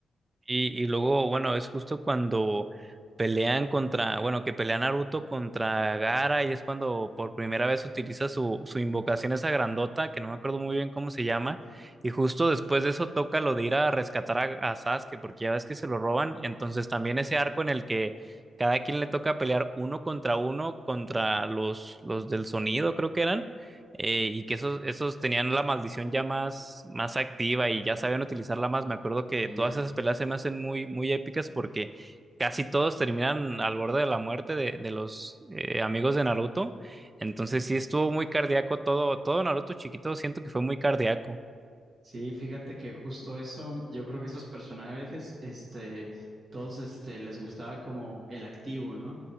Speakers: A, on the right; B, on the right.
A: Y, y luego, bueno, es justo cuando pelean contra, bueno, que pelea Naruto contra Gaara y es cuando por primera vez utiliza su, su invocación esa grandota, que no me acuerdo muy bien cómo se llama, y justo después de eso toca lo de ir a rescatar a, a Sasuke, porque ya ves que se lo roban, entonces también ese arco en el que cada quien le toca pelear uno contra uno contra los, los del sonido, creo que eran eh, y que esos, esos tenían la maldición ya más, más activa y ya sabían utilizarla más. Me acuerdo que
B: Sí.
A: todas esas peleas se me hacen muy, muy épicas porque casi todos terminan al borde de la muerte de, de los eh, amigos de Naruto. Entonces sí estuvo muy cardíaco todo, todo Naruto chiquito, siento que fue muy cardíaco.
B: Sí, fíjate que justo eso, yo creo que esos personajes, este, todos, este, les gustaba como el activo, ¿no?